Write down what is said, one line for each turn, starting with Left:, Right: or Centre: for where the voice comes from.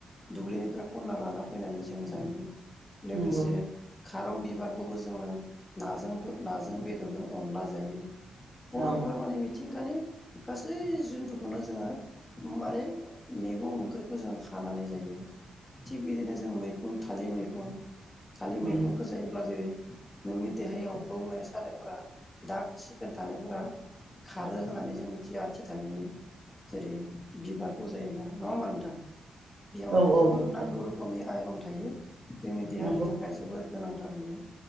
Left: दुब्लिनिफ्राय खन्ना लाना फैनानै जों जायो
Right: नंगौ
Left: लोगोसे खारं बिबारखौबो जोङो नाजों फो नाजों बेदरजों अनला जायो बर'फोरा
Right: औ
Left: माने मिथिंगानि गासै जिन्थुखौनो जोङो माने मैगं ओंख्रिखौ जों खानानै जायो थिग बिदिनो जों मैखुन थालिर मैखुन थालिर
Right: नंगौ
Left: मैखुनखौ जायोब्ला जेरै नोंनि देहायाव बौनाय सानायफोरा दाग सिखोन थानायफोरा खारो होननानै जों मिथिया आथिखालिदनि जेरै बिबारखौ जायोब्ला नङा होमबा नोंथां बेयाव
Right: औ
Left: जोबोर नांगौ
Right: औ
Left: रोखोमनि आइरन थायो जोंनि देहानि
Right: नंगौ
Left: थाखाय जोबोर गोनांथार बियो